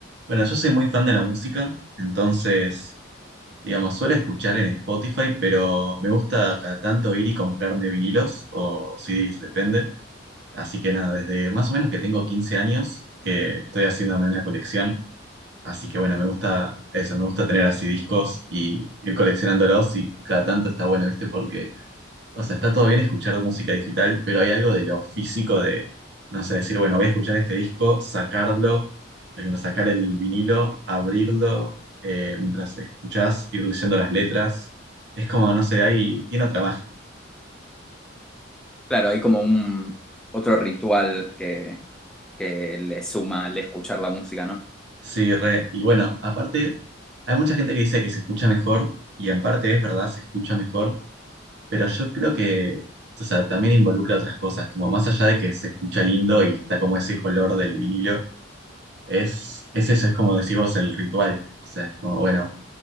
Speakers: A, on the right; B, in the centre.
A: bueno, yo soy muy fan de la música, entonces, digamos, suelo escuchar en Spotify, pero me gusta cada tanto ir y comprarme vinilos o CDs, depende. Así que nada, desde más o menos que tengo 15 años, que estoy haciéndome una colección. Así que bueno, me gusta eso, me gusta tener así discos y ir coleccionándolos y cada tanto está bueno, ¿viste? O sea, está todo bien escuchar música digital, pero hay algo de lo físico de, no sé, decir, bueno, voy a escuchar este disco, sacarlo, por ejemplo, sacar el vinilo, abrirlo, eh, mientras escuchás, ir leyendo las letras. Es como, no sé, ahí tiene otra magia.
B: Claro, hay como un otro ritual que, que le suma el escuchar la música, ¿no?
A: Sí, re. Y bueno, aparte, hay mucha gente que dice que se escucha mejor, y en parte es verdad, se escucha mejor, pero yo creo que, o sea, también involucra otras cosas, como más allá de que se escucha lindo y está como ese color del vinilo Es, es eso, es como decís vos el ritual. O sea, es como, bueno,